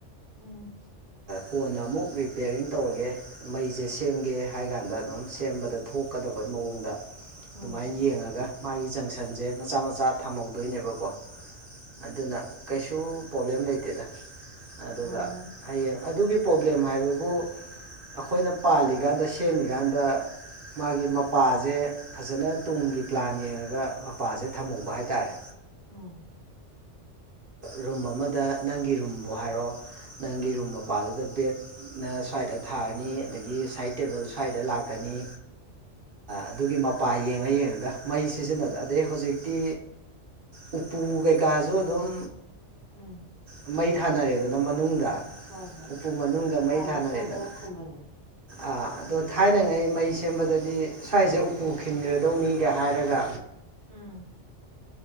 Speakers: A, on the left; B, on the right.
A: ꯎꯝ
B: ꯀꯣꯟꯅ ꯑꯃꯨꯛ ꯔꯤꯄꯤꯌꯥꯔꯤꯡ ꯇꯧꯔꯒꯦ ꯃꯩꯁꯦ ꯁꯦꯝꯒꯦ ꯍꯥꯏ ꯀꯥꯟꯗ ꯑꯗꯨꯝ ꯁꯦꯝꯕꯗ ꯊꯣꯛꯀꯗꯕꯩ ꯃꯑꯣꯡꯗ
A: ꯎꯝ
B: ꯑꯗꯨꯃꯥꯏꯅ ꯌꯦꯡꯉꯒ ꯃꯥꯒꯤ ꯖꯪꯁꯟꯁꯦ ꯃꯆꯥ ꯃꯆꯥ ꯊꯝꯍꯧꯗꯣꯏꯅꯦꯕꯀꯣ ꯑꯗꯨꯅ ꯀꯩꯁꯨ ꯄ꯭ꯔꯣꯕ꯭ꯂꯦꯝ ꯂꯩꯇꯦꯗ ꯑꯗꯨꯒ
A: ꯎꯝ
B: ꯍꯌꯦꯡ ꯑꯗꯨꯒꯤ ꯄ꯭ꯔꯣꯕ꯭ꯂꯦꯝ ꯍꯥꯏꯕꯕꯨ ꯑꯩꯈꯣꯏꯅ ꯄꯥꯜꯂꯤꯀꯥꯟꯗ ꯁꯦꯝꯃꯤꯀꯥꯟꯗ ꯃꯥꯒꯤ ꯃꯄꯥꯁꯦ ꯐꯖꯅ ꯇꯨꯡꯒꯤ ꯄ꯭ꯂꯥꯟ ꯌꯦꯡꯉꯒ ꯃꯄꯥꯁꯦ ꯊꯝꯍꯧꯕ ꯍꯥꯏꯇꯥꯔꯦ
A: ꯎꯝ
B: ꯔꯨꯝ ꯑꯃꯗ ꯅꯪꯒꯤ ꯔꯨꯝꯕꯨ ꯍꯥꯏꯔꯛꯣ ꯅꯪꯒꯤ ꯔꯨꯝ ꯃꯄꯥꯜꯗꯨꯗ ꯕꯦꯠ ꯅ ꯁ꯭ꯋꯥꯏꯗ ꯊꯥꯔꯅꯤ ꯑꯗꯒꯤ ꯁꯥꯏꯠ ꯇꯦꯕꯜ ꯁ꯭ꯋꯥꯏꯗ ꯂꯥꯛꯀꯅꯤ ꯑꯗꯨꯒꯤ ꯃꯄꯥ ꯌꯦꯡꯉ ꯌꯦꯡꯉꯒ ꯃꯩ ꯁꯤꯖꯤꯟꯅꯗ ꯑꯗꯩ ꯍꯧꯖꯤꯛꯇꯤ ꯎꯄꯨ ꯀꯩꯀꯥꯁꯨ ꯑꯗꯨꯝ
A: ꯎꯝ
B: ꯃꯩ ꯊꯥꯅꯔꯦꯗꯅ ꯃꯅꯨꯡꯗ
A: ꯍꯣꯏ ꯍꯣꯏ
B: ꯎꯄꯨ ꯃꯅꯨꯡꯗ
A: ꯊꯥꯜꯂꯦ
B: ꯃꯩ ꯊꯥꯅꯔꯦꯗꯅ
A: ꯁꯣ ꯕꯣꯛꯁꯀꯨꯝꯕꯁꯦ
B: ꯑꯥ ꯑꯗꯣ ꯊꯥꯏꯅꯉ ꯑꯩ ꯃꯩ ꯁꯦꯝꯕꯗꯗꯤ ꯁ꯭ꯋꯥꯏꯁꯦ ꯎꯄꯨ ꯈꯤꯟꯒ꯭ꯔꯗꯧꯅꯤꯒ ꯍꯥꯏꯔꯒ
A: ꯎꯝ